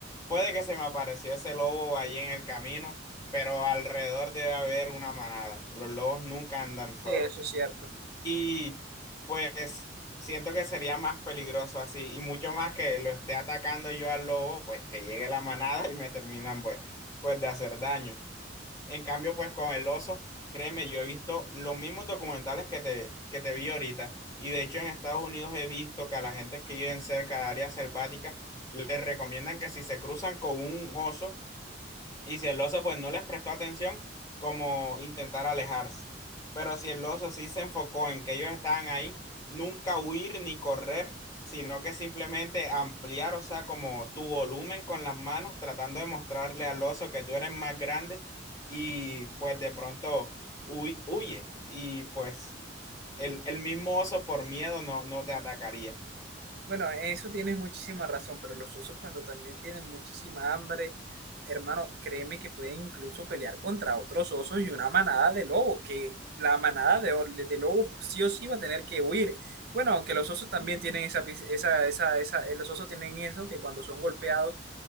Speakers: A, on the left (about 20°); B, on the right (about 60°).
A: Puede que se me apareció ese lobo ahí en el camino, pero alrededor debe haber una manada. Los lobos nunca andan solos.
B: sí, eso es cierto.
A: Y pues siento que sería más peligroso así, y mucho más que lo esté atacando yo al lobo, pues que llegue la manada y me terminan pues, pues de hacer daño. En cambio, pues con el oso, créeme, yo he visto los mismos documentales que te, que te vi ahorita, y de hecho en Estados Unidos he visto que a la gente que viven cerca de áreas selváticas les recomiendan que si se cruzan con un oso, y si el oso pues no les prestó atención, como intentar alejarse. Pero si el oso sí se enfocó en que ellos estaban ahí, nunca huir ni correr, sino que simplemente ampliar, o sea, como tu volumen con las manos, tratando de mostrarle al oso que tú eres más grande y pues de pronto huy- huye. Y pues el, el mismo oso por miedo no, no te atacaría.
B: Bueno, eso tienes muchísima razón, pero los osos cuando también tienen muchísima hambre, hermano, créeme que pueden incluso pelear contra otros osos y una manada de lobos, que la manada de, o- de lobos sí o sí va a tener que huir. Bueno, aunque los osos también tienen esa, pis- esa, esa, esa, eh, los osos tienen eso, que cuando son golpeados